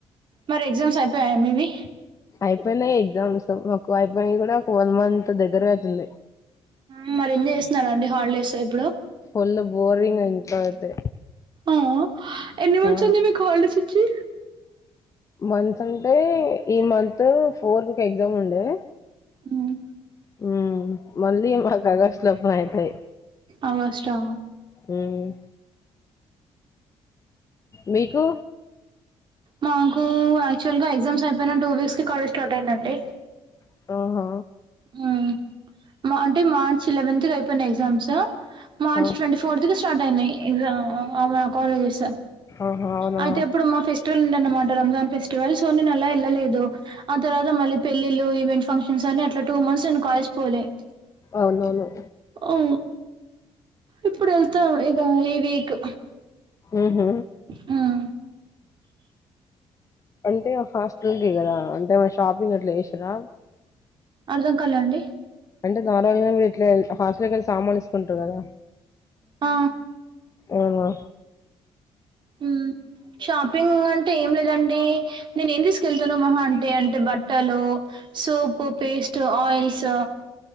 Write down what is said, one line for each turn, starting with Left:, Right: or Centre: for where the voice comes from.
Right: మరి ఎగ్జామ్స్ అయిపోయయా మీవి
Left: అయిపోయినాయి ఎగ్జామ్స్ మకు అయిపోయి కూడా ఫోర్ మంత్ దగ్గరవుతుంది
Right: మ్ మరిేం చేసినారండి హాలిడేసో ఇప్పుడు
Left: పుల్ బోరింగ్ ఇంట్లో అయితే
Right: ఆ ఎన్ని మంత్స్
Left: ఆ
Right: అయింది మీకు హాలీడేస్ ఇచ్చి
Left: మంత్స్ అంటే ఈ మంత్ ఫోర్ కే ఎగ్జామ్ ఉండే
Right: మ్
Left: ఉ మళ్ళీ మా కాగాస్లోప అయితాయి
Right: ఆగస్టా
Left: మ్మ్ మీకు
Right: మాకు యాక్చువల్గా ఎగ్జామ్స్ అయిపోయినా టూ వీక్స్ కాలజ్ స్టార్ట్ అయిందండి
Left: మ్ హు
Right: ఆ అంటే మార్చ్ లెవెంత్ దే అయిపోయినాయి ఎగ్జామ్స్ మార్చి
Left: ఆ
Right: ట్వంటీ ఫోర్త్ కి స్టార్ట్ అయినాయి ఎగ్జామ్ మ మో కాలేజెస్
Left: ఆహా అవునా
Right: అయితే ఇప్పుడు మా ఫెస్టివల్ ఉందన్నమాట రంజాన్ ఫెస్టివల్ సో నేను అలా ఎళ్ళలేదు ఆ తర్వాత మళ్ళీ పెళ్ళిలు ఈవెంట్ ఫంక్షన్స్ అని అట్లా టూ మంత్స్ నేన్ కాాలజ్కి పోలే
Left: అవునవును
Right: ఒకే ఓ ఇప్పుడు ఎళ్తావ్ ఇక ఈ వీక్
Left: మ్ హు
Right: ఆ
Left: అంటే హాస్టల్ కి కదా అంటే వ షాపింగ్ అట్లా చేసేరా
Right: అర్థం కాలండి
Left: అంటే దానాయ్ ఇట్లే హాస్టల్ కేళ్ళి సామాన్ ఇసుకుంటురు కదా
Right: ఆ
Left: ఏ మా
Right: మ్ షాపిన్గ్ అం టే ఏం లేదండి నేను ఏం తీసుకెళ్తుాన్నా మహా అంటే అంటే బట్టలు సోపు పేస్ట్ ఆయిల్స్